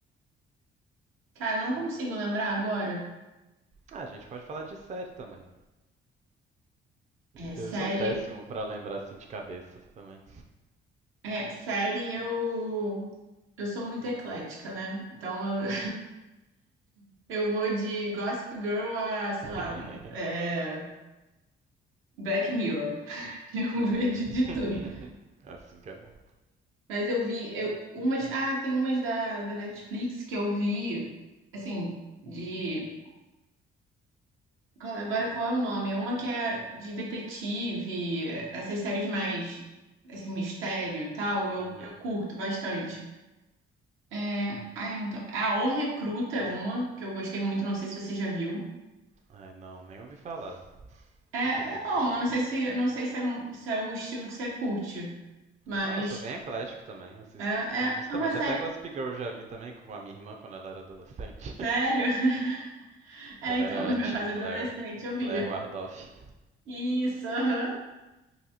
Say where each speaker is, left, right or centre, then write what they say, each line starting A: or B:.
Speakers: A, on the right (about 85°); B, on the right (about 35°).
A: cara, eu não consigo lembrar agora.
B: Ah, a gente pode falar de série também.
A: É, série.
B: Eu sou péssimo pra lembrar assim de cabeça também.
A: É, série eu. Eu sou muito eclética, né? Então eu, <laughs> eu vou de Gossip Girl a, sei
B: <laughs>
A: lá, um, é, Black Mirror. <laughs> Eu
B: uhum.
A: vejo de tudo.
B: <laughs> assim que é bom.
A: Mas eu vi eu, umas. Ah, tem umas da, da Netflix que eu vi, assim, de. qual- Agora qual é o nome? É uma que é de detetive, essas séries mais, assim, mistério e tal, eu,
B: Uhum.
A: eu curto bastante. É, ai, eu não tô. Ah, O Recruta é uma que eu gostei muito, não sei se você já viu.
B: Ai, não, nem ouvi falar.
A: É,
B: Deixa eu pesquisar.
A: é bom, eu não sei se, não sei se é, mu- se é o estilo que você curte, mas
B: Não, eu sou bem eclético também. Assisto,
A: é, é
B: justamente,
A: é uma série.
B: até Gossip Girl eu já vi também com a minha irmã quando ela era adolescente.
A: Sério?
B: <laughs>
A: <laughs>
B: ela
A: É, então,
B: era
A: na minha
B: Tim
A: fase
B: Blair,
A: adolescente eu
B: Blair
A: vi.
B: Wardoff.
A: Isso, aham.